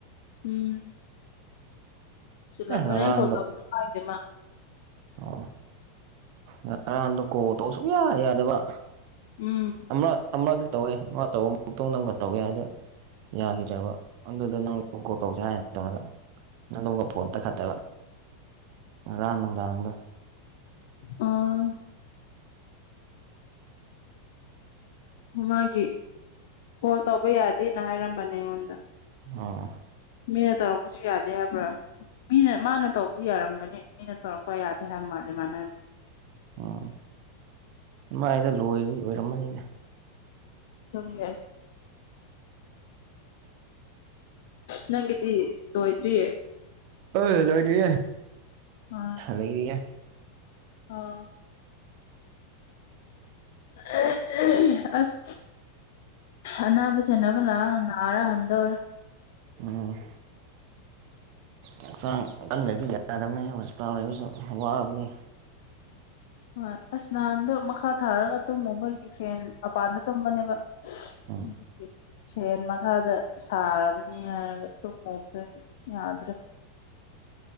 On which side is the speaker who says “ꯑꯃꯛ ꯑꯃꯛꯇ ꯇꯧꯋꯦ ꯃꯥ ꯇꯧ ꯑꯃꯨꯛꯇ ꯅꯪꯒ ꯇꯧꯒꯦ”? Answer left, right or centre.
Right